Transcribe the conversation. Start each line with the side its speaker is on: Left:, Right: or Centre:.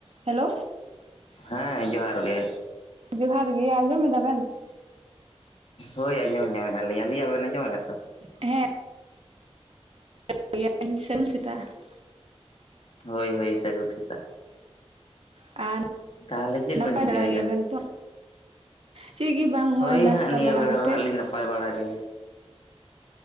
Right: <inaudible> ᱦᱮᱞᱳ
Left: ᱦᱮᱸ ᱡᱚᱦᱟᱨ ᱜᱮ
Right: ᱡᱚᱦᱟᱨ ᱜᱮ ᱟᱸᱡᱚᱢ ᱮᱫᱟ ᱵᱮᱱ
Left: ᱦᱳᱭ ᱟᱸᱡᱚᱢ ᱧᱟᱢ ᱮᱫᱟ ᱞᱤᱧ ᱟᱞᱤᱧ ᱟᱜ ᱵᱮᱱ ᱟᱸᱡᱚᱢ ᱮᱫᱟ ᱛᱚ
Right: ᱦᱮᱸ <unintelligible>
Left: ᱦᱳᱭ ᱦᱳᱭ ᱥᱟᱹᱜᱩᱱ ᱥᱮᱛᱟᱜ
Right: ᱟᱨ
Left: ᱛᱟᱦᱚᱞᱮ ᱪᱮᱫ
Right: ᱱᱟᱯᱟᱭ
Left: ᱵᱮᱱ ᱪᱤᱠᱟᱹᱭ
Right: ᱵᱟᱲᱟ ᱜᱮᱭᱟᱵᱮᱱ
Left: ᱮᱜᱼᱟ
Right: ᱛᱚ? ᱪᱮᱫ ᱜᱮ ᱵᱟᱝ ᱦᱚᱭ
Left: ᱦᱳᱭ
Right: ᱱᱟᱥᱛᱟ
Left: ᱦᱟᱸᱜ ᱱᱤᱭᱟᱹ
Right: ᱵᱟᱲᱟ
Left: ᱵᱮᱲᱟ
Right: ᱠᱟᱛᱮᱫ
Left: ᱫᱚ ᱦᱟᱸᱜ ᱞᱤᱧ ᱱᱟᱯᱟᱭ ᱵᱟᱲᱟ ᱜᱮ